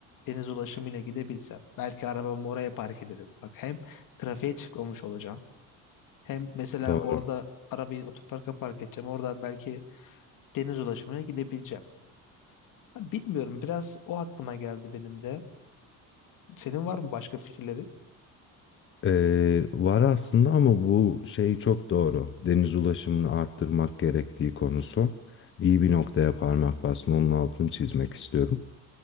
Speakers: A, on the left; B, on the left.
A: deniz ulaşımıyla gidebilsem belki arabamı oraya park ederim. Bak hem trafiğe çıkmamış olacağım. Hem mesela
B: Doğru.
A: orada arabayı otoparka park edeceğim. Oradan belki deniz ulaşımıyla gidebileceğim. Hani bilmiyorum biraz o aklıma geldi benim de. Senin var mı başka fikirleri?
B: Ee, var aslında ama bu şey çok doğru. Deniz ulaşımını arttırmak gerektiği konusu. İyi bir noktaya parmak bastın. Onun altını çizmek istiyorum.